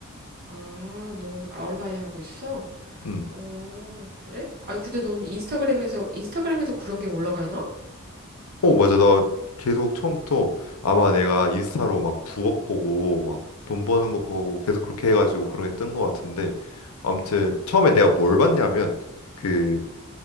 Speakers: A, on the right (about 45°); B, on the left (about 80°).
A: 아, 넌 아웃라이 하고 있어?
B: 음.
A: 어, 그래? 아니, 근데 넌 인스타그램에서, 인스타그램에도 그런 게 올라가나?
B: 어, 맞아. 나 계속 처음부터 아마 내가 인스타로 막 부업 보고 막 돈 버는 거 보고 계속 그렇게 해가지고 그런 게 뜬 거 같은데 아무튼 처음에 내가 뭘 봤냐면 그